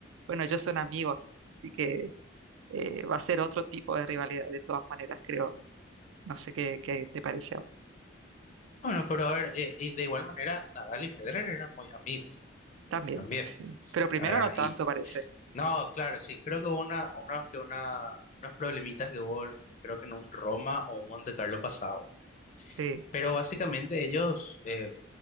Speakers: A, on the right; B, on the left.
A: bueno, ellos son amigos, así que eh, va a ser otro tipo de rivalidad de todas maneras, creo. No sé qué, qué te parece a vos.
B: Bueno, pero a ver, eh, y de igual manera, Nadal y Federer eran muy amigos
A: También,
B: también.
A: sí. Pero primero
B: ¿verdad?
A: no tanto, parece.
B: No, claro, sí. Creo que hubo una, una, que una, unos problemitas que hubo, en- creo que en un Roma o un Monte Carlo pasado.
A: Sí.
B: Pero básicamente ellos eh,